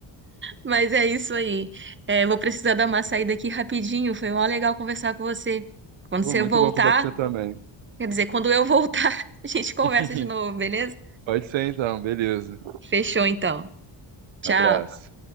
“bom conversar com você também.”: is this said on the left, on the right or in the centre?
Right